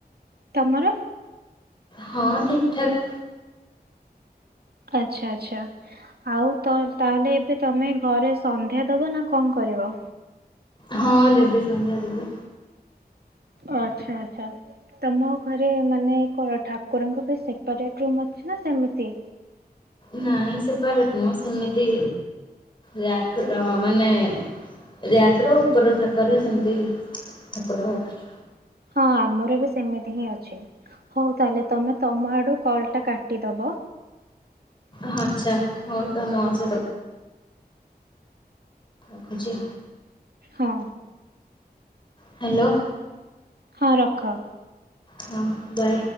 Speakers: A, on the right; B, on the left.
A: ତମର?
B: ହଁ ଠିକ ଠାକ
A: ଆଛା ଆଛା ଆଉ ତାହଲେ ଏବେ ତମେ ଘରେ ସନ୍ଧ୍ୟା ଦବ ନା କଣ କରିବ?
B: ହଁ ଦେବି ସନ୍ଧ୍ୟା ଦେବି।
A: ଆଚ୍ଛା ଆଛା ତମ ଘରେ ମାନେ କଣ ଠାକୁରଙ୍କ ପାଇଁ ସେପାରେଟ ରୁମ ଅଛି ନା ସେମିତି
B: ନାଇଁ ସେପାରେଟ ନୁହଁ ସେମିତି ର୍ୟାକ ମାନେଗର ରାୟକ ଉପର ଥାକର ସେମତି ଥାକରେ ଅଛି।
A: ହଁ ଆମର ବି ସେମିତି ହିଁ ଅଛି ହଉ। ତାହେଲେ ତମେ ତମ ଆଡୁ କଲ ଟା କାଟିଦବ।
B: ହଁ ଆଚ୍ଛା ହଉ ତ ଆମେ ଆଛେ ତ ରଖଛି।
A: ହଁ।
B: ହ୍ୟାଲୋ
A: ହଁ ରଖ।
B: ହଁ ବାଏ।